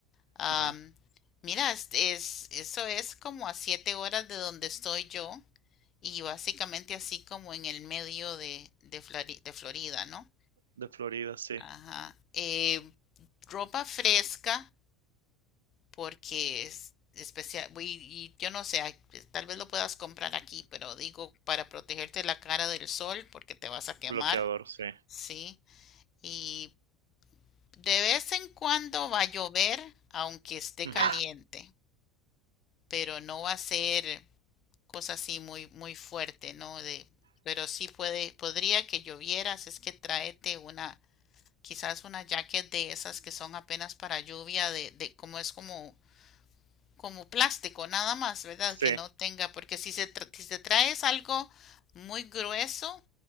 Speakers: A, on the left; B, on the right.
A: Am,
B: Ajá.
A: mira, es, es- eso es como a 7 horas de donde estoy yo. Y básicamente así como en el medio de, de, Flori- de Florida, ¿no?
B: De Florida, sí.
A: Ajá. Eh, ropa fresca, porque es especial, y, y yo no sé, ay, tal vez lo puedas comprar aquí, pero digo para protegerte la cara del sol, porque te vas a quemar,
B: Bloqueador, sí.
A: ¿sí? Y de vez en cuando va a llover, aunque esté
B: Ujú,
A: caliente, pero no va a ser cosa así muy, muy fuerte, ¿no? De, pero sí puede, podría que llovieras, es que tráete una, quizás una jacket de esas que son apenas para lluvia, de, de como es como, como plástico, nada más, ¿verdad?
B: Sí,
A: Que no tenga, porque si se, tra- si te traes algo muy grueso,